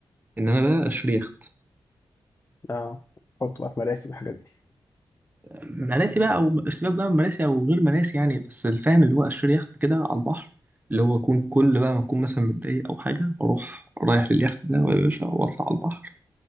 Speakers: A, on the right (about 20°); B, on the left (about 30°).
A: ان انا بقى اشتري يخت
B: اه احط بقى في مراسي والحاجات دي
A: مراسي بقى او سيبك بقى من مراسي او غير مراسي يعني بس الفاهم اللي هو اشتري يخت كده على البحر اللي هو اكون كل بقى ما اكون مثلا متضايق او حاجه اروح رايح لليخت ده يا باشا واطلع على البحر